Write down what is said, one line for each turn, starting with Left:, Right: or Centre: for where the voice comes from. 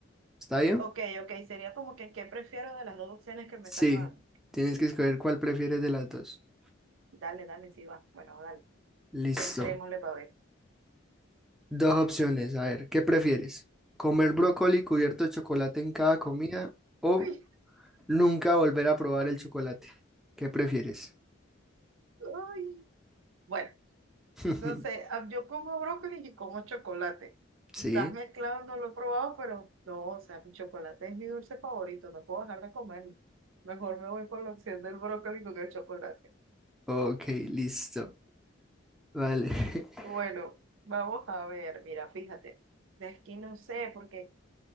Centre: ¿Está bien?
Right: Ok, ok. Sería como que qué prefiero de las dos opciones que me
Centre: Sí,
Right: estás dando.
Centre: tienes que escoger cuál prefieres de las dos.
Right: Dale, dale, sí va. Bueno, dale.
Centre: Listo.
Right: Entrémosle para ver.
Centre: Dos opciones. A ver, ¿qué prefieres? ¿Comer brócoli cubierto de chocolate en cada comida o
Right: Uy,
Centre: Nunca volver a probar el chocolate. ¿Qué prefieres?
Right: uy. Bueno,
Centre: <laughs>
Right: entonces ah, yo como brócoli y como chocolate.
Centre: Sí.
Right: Quizás mezclado no lo he probado, pero no, o sea, mi chocolate es mi dulce favorito, no puedo dejar de comerlo. Mejor me voy por la opción del brócoli con el chocolate.
Centre: Ok, listo. Vale. <laughs>
Right: Bueno, vamos a ver, mira, fíjate, es que no sé, porque